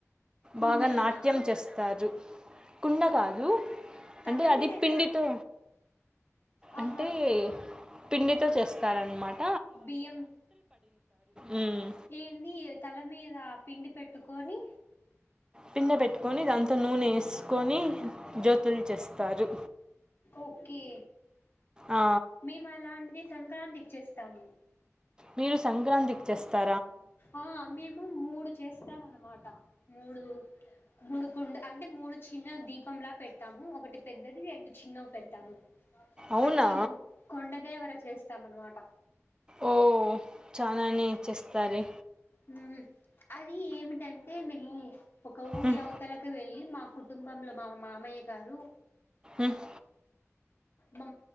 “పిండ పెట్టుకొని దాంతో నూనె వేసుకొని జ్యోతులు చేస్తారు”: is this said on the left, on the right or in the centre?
Right